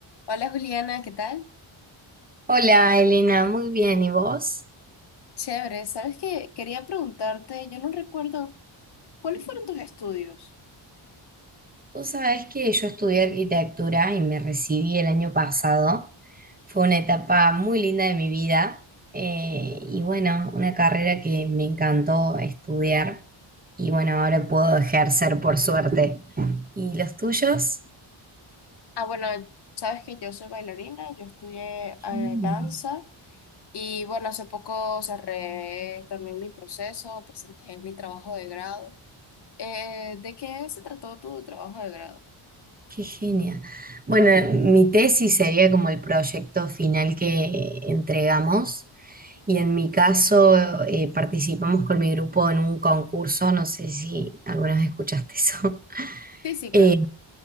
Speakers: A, on the left; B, on the right.
A: Hola Juliana, ¿qué tal?
B: Hola Elena, muy bien. ¿Y vos?
A: Chévere, ¿sabes qué? Quería preguntarte, yo no recuerdo, ¿cuáles fueron tus estudios?
B: Vos sabés que yo estudié arquitectura y me recibí el año pasado. Fue una etapa muy linda de mi vida eh, y bueno, una carrera que me encantó estudiar y bueno, ahora puedo ejercer por suerte. ¿Y los tuyos?
A: Ah, bueno, sabes que yo soy bailarina, yo estudié eh,
B: Mm.
A: danza y bueno, hace poco cerré también mi proceso, presenté mi trabajo de grado. Eh, ¿de qué se trató tu trabajo de grado?
B: Qué genia. Bueno, mi tesis sería como el proyecto final que entregamos y en mi caso eh, participamos con mi grupo en un concurso, no sé si alguna vez escuchaste eso. <laughs>
A: Sí, sí, claro.
B: Eh,